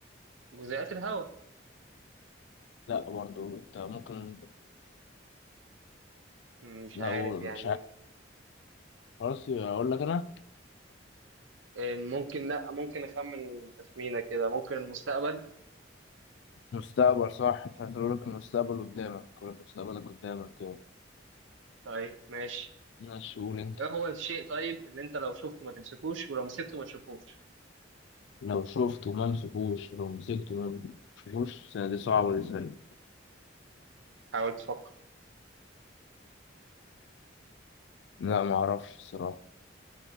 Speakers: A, on the right; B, on the left.
A: جزيئات الهواء
B: لا برضو انت ممكن
A: مش
B: لو
A: عارف
B: مش
A: يعني
B: عارف خلاص اقول لك انا
A: آه، ممكن لا ممكن اخمن تخمينه كده ممكن المستقبل
B: مستقبل صح مش عارف اقول لك المستقبل قدامك اقول لك مستقبلك قدامك كده
A: طيب ماشي
B: ماشي قول انت
A: ايه هو الشيء طيب اللي انت لو شفته ما تمسكوش ولو مسكته ما تشوفوش
B: لو شفته ما مسكوش لو مسكته ما مسكوش دي صعبة دي سهلة
A: حاول تفكر
B: لا ما اعرفش الصراحه